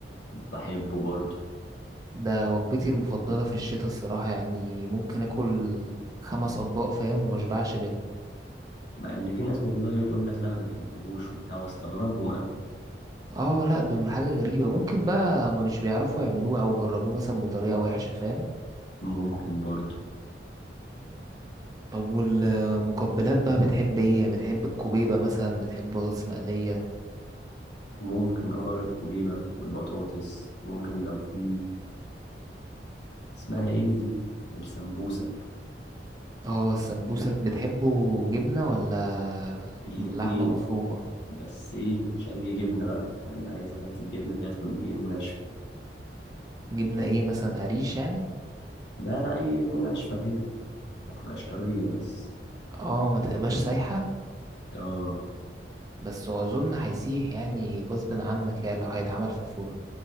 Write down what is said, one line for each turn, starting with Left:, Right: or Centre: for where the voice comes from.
Left: بحبه برضه
Right: ده وجبتي المفضلة في الشتاء الصراحة يعني ممكن اكل خمس اطباق فاهم ومشبعش منه
Left: مع إن في ناس والله يقول لك لا ما بيحبوهوش وبتاع واستغربهم أوي
Right: اه لا دول حاجة غريبة ممكن بقى ما مش بيعرفوا يعملوه او جربوه مثلا بطريقة وحشة فاهم
Left: ممكن برضه
Right: طب والمقبلات بقى بتحب ايه يعني بتحب الكوبيبة مثلا بتحب بطاطس مقلية
Left: ممكن اه الكوبيبة والبطاطس ممكن لو في اسمها ايه دي السمبوسك
Right: اه السمبوسة بتحبه جبنة ولا
Left: الاتنين
Right: لحمة مفرومة
Left: بس ايه مش أي جبنة بقى يعني عايزة حتة جبنة كده تكون ايه ناشفة
Right: جبنة ايه مثلا قريش يعني
Left: لا لا أي جبنة ناشفة كده ما تبقاش طرية بس
Right: اه ما تبقاش سايحة
Left: اه
Right: بس هو اظن هيسيح يعني غصب عنك يعني لو هيتعمل في الفرن